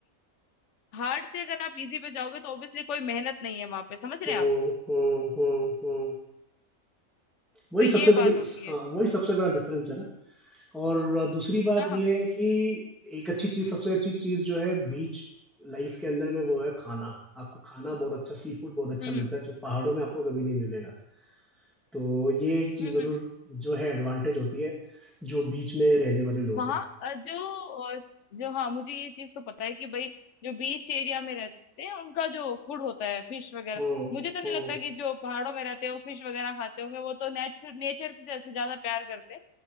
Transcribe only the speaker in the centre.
हम्म
हम्म हम्म हम्म। वही
सबसे बड़ी
हाँ
वही सबसे बड़ा डिफरेंस है ना और दूसरी बात
ये है कि एक अच्छी चीज सबसे अच्छी चीज जो है बीच लाइफ के अंदर में वो है खाना आपको खाना बहुत अच्छा सी फूड बहुत अच्छा
मिलता है जो पहाड़ों में आपको कभी नहीं मिलेगा तो ये एक चीज
जरूर
जो है एडवांटेज होती है जो बीच में रहने वाले लोग
हैं
हम्म
हम्म